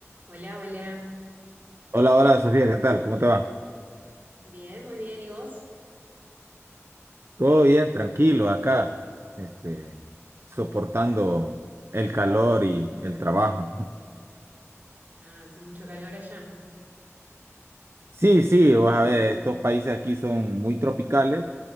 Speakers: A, on the right (about 35°); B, on the right (about 55°).
A: Hola, hola.
B: Hola, hola Sofía, ¿qué tal? ¿Cómo te va?
A: Bien, muy bien. ¿Y vos?
B: Todo bien, tranquilo, acá, este, soportando el calor y el trabajo. <laughs>
A: Ah, hace mucho calor allá.
B: Sí, sí, vas a ver, estos países aquí son muy tropicales,